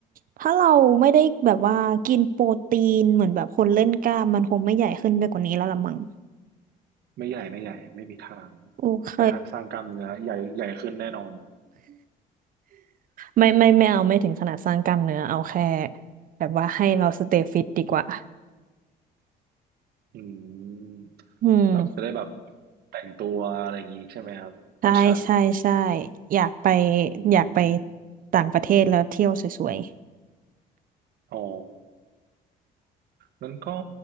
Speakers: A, on the right; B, on the right.
A: ถ้าเราไม่ได้แบบว่ากินโปรตีนเหมือนแบบคนเล่นกล้ามมันคงไม่ใหญ่ขึ้นไปกว่านี้แล้วละมั้ง
B: ไม่ใหญ่ไม่ใหญ่ไม่มีทาง
A: โอเค
B: แต่ถ้าสร้างกล้ามเนื้อใหญ่ใหญ่ขึ้นแน่นอน
A: ไม่ไม่ไม่เอาไม่ถึงขนาดสร้างกล้ามเนื้อเอาแค่แบบว่าให้เราสเตย์ฟิตดีกว่า
B: อืม
A: อืม
B: แบบจะได้แบบแต่งตัวอะไรอย่างงี้ใช่ไหมครับแฟชั่น
A: ใช่ใช่ใช่อยากไป
B: อื
A: อยากไป
B: ม
A: ต่างประเทศแล้วเที่ยวสวย
B: อ๋องั้นก็